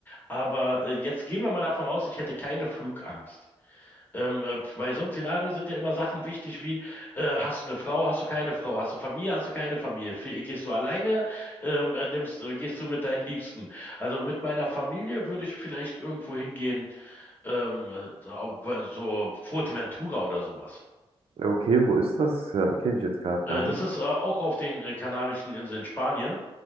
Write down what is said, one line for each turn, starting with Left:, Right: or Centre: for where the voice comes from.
Left: Aber äh, jetzt gehen wir mal davon aus, ich hätte keine Flugangst. Ähm, äh, bei so einem Szenario sind ja immer Sachen wichtig wie, äh, hast du eine Frau, hast du keine Frau, hast du Familie, hast du keine Familie, Flie gehst du alleine, ähm, äh, nimmst, äh, gehst du mit deinen Liebsten. Also mit meiner Familie würde ich vielleicht irgendwo hingehen, ähm, äh, so Fuerteventura oder sowas.
Right: Okay, wo ist das? Ja, kenne ich jetzt gerade
Left: Äh,
Right: gar
Left: das
Right: nicht.
Left: ist äh, auch auf den äh, Kanarischen Inseln Spanien,